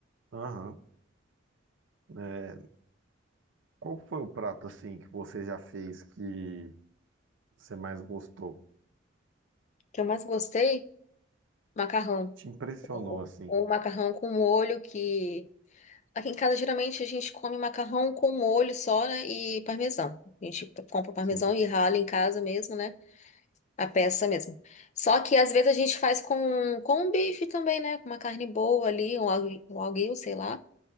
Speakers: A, on the right; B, on the left.
A: Aham. É, qual foi o prato, assim, que você já fez que você mais gostou?
B: que eu mais gostei, macarrão.
A: Te impressionou,
B: Ou,
A: assim?
B: ou macarrão com molho, que aqui em casa geralmente a gente come macarrão com molho só, né? E parmesão. A gente compra o parmesão
A: Sim.
B: e rala em casa mesmo, né? A peça mesmo. Só que às vezes a gente faz com, com um bife também, né? Com uma carne boa ali, um algu- um alguinho, sei lá.